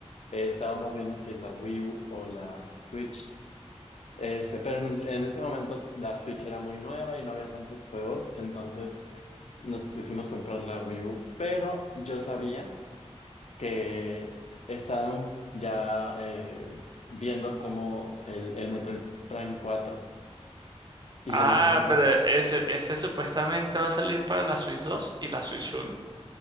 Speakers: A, on the left (about 75°); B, on the right (about 40°).
A: eh, estábamos viendo si es la Wii U o la Switch. Este, pero en, en ese momento la Switch era muy nueva y no había tantos juegos, entonces nos decidimos comprar la Wii U. Pero yo sabía que estaban ya eh, viendo como el, el Metroid Prime cuatro Y
B: Ah,
A: yo dije, no,
B: pero
A: pues
B: ese, ese supuestamente va a salir para la Switch 2 y la Switch 1.